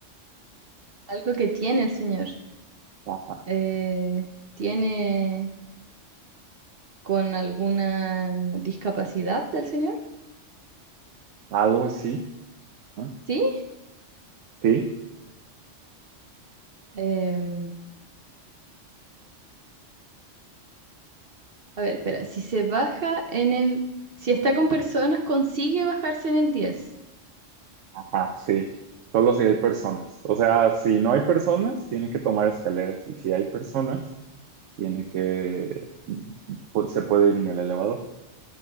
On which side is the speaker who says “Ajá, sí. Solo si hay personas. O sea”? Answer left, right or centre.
Right